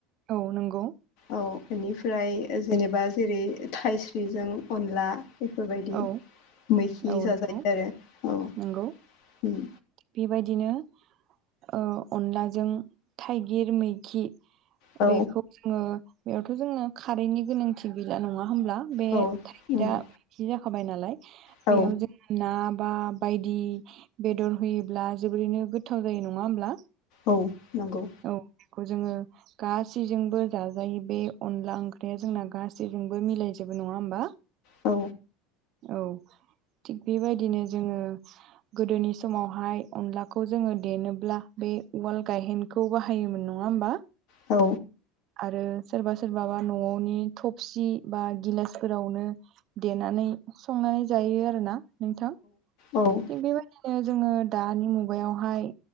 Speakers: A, on the right; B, on the left.
A: औ नंगौ।
B: औ बेनिफ्राय जेनेबा जेरै थाइस्रिजों अनला बेफोरबायदि
A: औ
B: मैखि
A: औ
B: जाजायो
A: नंगौ
B: आरो औ।
A: नंगौ बेबायदिनो ओ अनलाजों थाइगिर मैखि
B: औ
A: बेखौ जोङो बेयावथ' जोंनो खारैनि गोनांथि गैला नङा होमब्ला। बे
B: औ
A: थाइगिरा
B: उम
A: मैखि जाखाबाय नालाय
B: औ
A: बेयाव जों ना बा बायदि बेदर होयोब्ला जोबोरैनो गोथाव जायो नङा होमब्ला।
B: औ नंगौ।
A: औ जोङो गासैजोंबो जाजायो बे अनला ओंख्रिया जोंना गासैजोंबो मिलायजोबो। नङा ओबा
B: औ
A: औ। थिग बेबायदिनो जोङो गोदोनि समावहाय अनलाखौ जोङो देनोब्ला बे बे उवाल गायहेनखौ बाहायोमोन नङा होमबा।
B: औ।
A: आरो सोरबा सोरबाबा न'आवनि थफसि बा गिलासफोरावनो देनानै। संनानै जायो आरोना नोंथां
B: औ
A: थिग बेबायदिनो जोङो दानि मुगायावहाय।